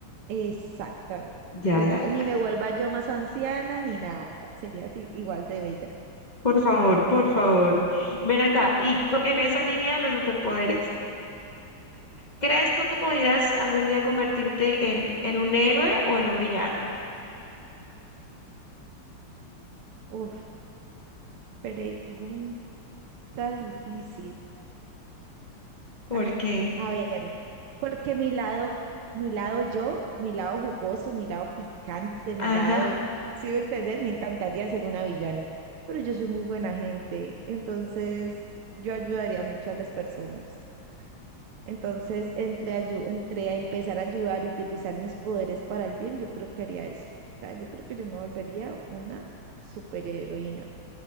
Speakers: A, on the right; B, on the left.
A: Exactamente.
B: Ya,
A: Que
B: ya,
A: nada,
B: ya,
A: y ni me
B: ya.
A: vuelva yo más anciana ni nada. o sea, sería así, igual de bella.
B: Por favor, por favor. Ven acá. Y co- en esa línea de los superpoderes, ¿crees tú que pudieras algún día convertirte en, en un héroe o en un villano?
A: Uf, pregunta difícil.
B: ¿Por
A: Ah,
B: qué?
A: a ver, porque mi lado, mi lado yo, mi lado jugoso, mi lado picante, mi
B: Ajá.
A: lado, si me entendés, me encantaría ser una villana. Pero yo soy muy buena gente, entonces yo ayudaría mucho a las personas. Entonces, entre, ayu- entre a empezar a ayudar y utilizar mis poderes para el bien, yo creo que haría eso. O sea, yo creo que yo me volvería una superheroína,